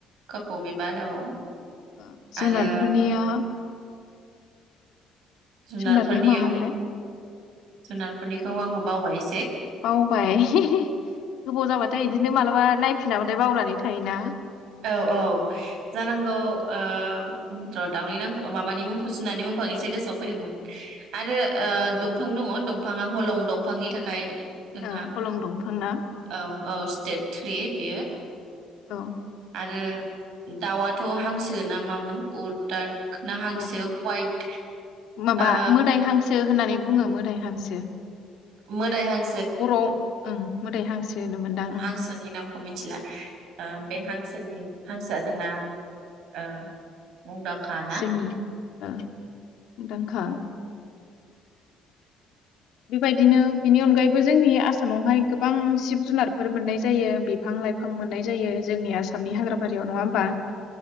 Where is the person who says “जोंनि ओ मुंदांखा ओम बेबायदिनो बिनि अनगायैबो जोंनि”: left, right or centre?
Left